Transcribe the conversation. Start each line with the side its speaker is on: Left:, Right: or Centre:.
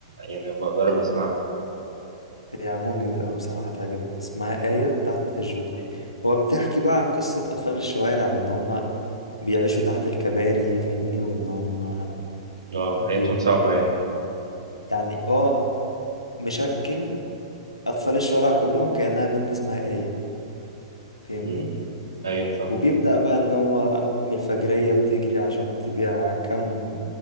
Right: يعني أبقى أجرّب أسمعها،
Left: هي عموما جميل قوي بصراحة هتعجبك اسمها آية بتاعت الجوكر هو بتحكي بقى عن قصة أطفال الشوارع بإن هم بيعيشوا تحت الكباري فاهمني وإن هم
Right: آه،
Left: بي...
Right: حياتهم صعبة يعني،
Left: يعني اه مشكل أطفال الشوارع كلهم كأنها بنت اسمها آية فاهمني
Right: إمم، أيوه فاهمه،
Left: وبيبدأ بقى إن هو من الفجرية بتجري عشان تبيع كم